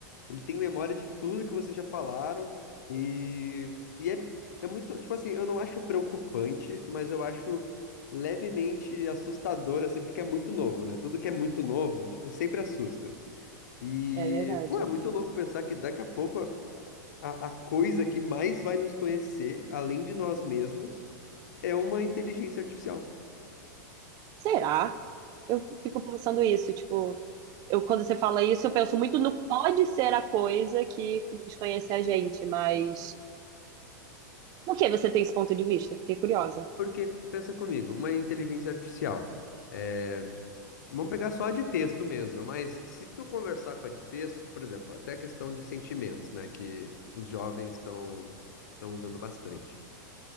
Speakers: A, on the left; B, on the right.
A: ele tem memória de tudo que vocês já falaram e, e é, é muito, tipo assim, eu não acho preocupante, mas eu acho levemente assustador, assim, porque é muito novo, né? Tudo que é muito novo, tipo, sempre assusta. E,
B: É verdade.
A: pô, é muito louco pensar que daqui a pouco a, a- a coisa que mais vai nos conhecer, além de nós mesmos, é uma inteligência artificial.
B: Será? Eu fico pensando isso, tipo eu, quando você fala isso, eu penso muito no pode ser a coisa que desconhece a gente, mas por que você tem esse ponto de vista? Fiquei curiosa.
A: Porque, pensa comigo, uma inteligência artificial. é, vamos pegar só a de texto mesmo, mas se tu conversar com a de texto, por exemplo, até a questão de sentimentos, né, que os jovens estão estão usando bastante.